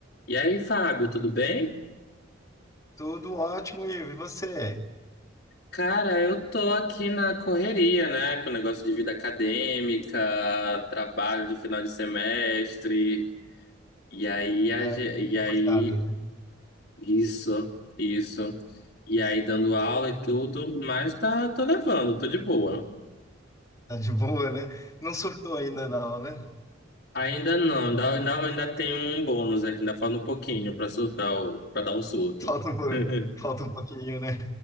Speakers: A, on the left; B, on the left.
A: E aí, Fábio, tudo bem?
B: Tudo ótimo, Ivo. E você?
A: Cara, eu tô aqui na correria, né? Com o negócio de vida acadêmica, trabalho de final de semestre. E aí, a
B: É,
A: ge-
B: muito
A: e aí,
B: fechado, né?
A: isso, isso. E aí, dando aula e tudo, mas tá, tô levando, tô de boa.
B: Tá de boa, né? Não surtou ainda não, né?
A: Ainda não, ainda, ainda, ainda tem um bônus aqui, ainda falta um pouquinho pra surtar, o- pra dar um surto.
B: Falta um, po-
A: <laughs>
B: falta um pouquinho, né?